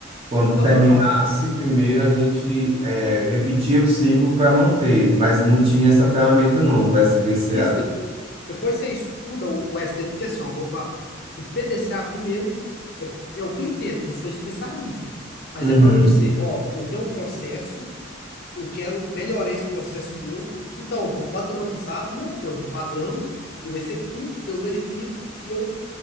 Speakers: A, on the right; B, on the left.
A: Quando
B: aham.
A: terminasse o primeiro, a gente eh, repetia o ciclo para manter, mas não tinha essa ferramenta não, do S D SDCA.
B: Isso, de- depois você estuda o, o ST, porque assim, ó, vamos lá. o PDCA primeiro é, é o que eu entendo, eu não sou especialista, mas
A: Uhum.
B: é para você, ó, eu tenho um processo, eu quero melhorar esse processo meu, então eu vou padronizar a primeira coisa, padrão, eu executo, eu verifico e eu